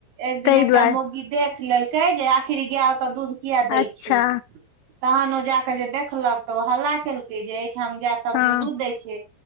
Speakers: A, on the right; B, on the left.
A: एक दिन
B: ताहि
A: एकटा
B: दुआरे
A: मौगी देख लेल कै जे आखिर ई गाय ओतऽ दूध किया दै
B: अच्छा
A: छै तहन ओ जै कऽ जे देखलक तऽ ओ हल्ला केलकै जे एहिठाम गाय सभ
B: हँ
A: दिन दूध दै छै